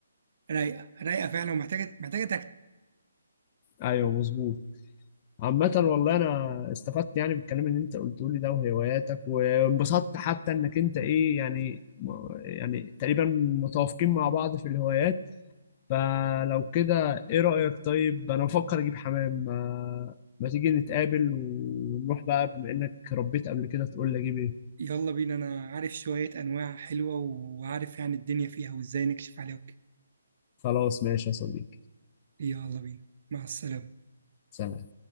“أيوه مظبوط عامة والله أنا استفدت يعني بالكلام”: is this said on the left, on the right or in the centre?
Left